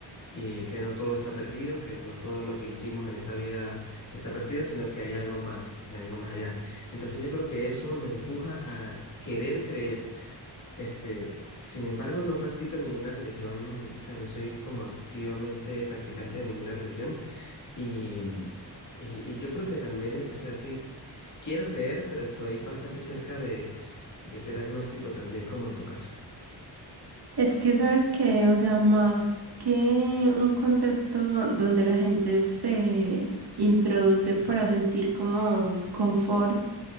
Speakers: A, on the left; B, on the right.
A: y que no todo está perdido, que no todo lo que hicimos en esta vida está perdido, sino que hay algo más, algo más allá. Entonces yo creo que eso me empuja a querer creer. Este, sin embargo, no practico ninguna religión, o sea, no soy como activamente practicante de ninguna religión y, mm, y, y yo creo que también, eh, o sea, sí, quiero creer, pero estoy bastante cerca de, de ser agnóstico también, como en tu caso.
B: Es que sabes que, o sea, más que un concepto donde la gente se introduce para sentir como confort,